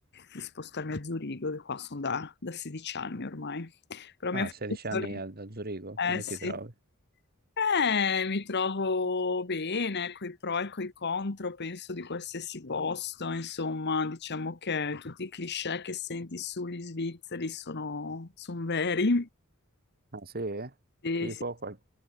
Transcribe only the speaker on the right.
Ah,
16
anni a, a Zurigo,
come
ti trovi?
Ah, sì?
Tipo
qual-